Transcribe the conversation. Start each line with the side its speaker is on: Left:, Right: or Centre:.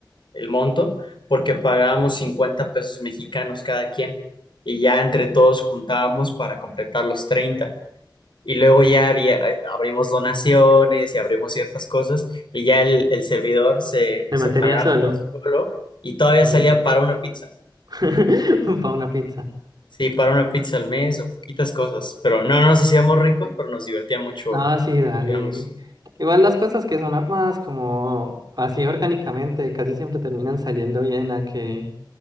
Left: el monto, porque pagábamos 50 pesos mexicanos cada quien y ya entre todos juntábamos para completar los 30. Y luego ya había, eh, abrimos donaciones y abrimos ciertas cosas y ya el, el servidor se,
Right: Se
Left: se
Right: mantenía
Left: pagaba
Right: solo.
Left: por sí solo y todavía
Right: Epa.
Left: salía para una pizza.
Right: <laughs> Para una pizza.
Left: Sí, para una pizza al mes o poquitas cosas, pero no no nos hacíamos ricos, pero nos divertía mucho,
Right: No, sí, dale.
Left: digamos.
Right: Igual las cosas que son armadas como así orgánicamente casi siempre terminan saliendo bien a que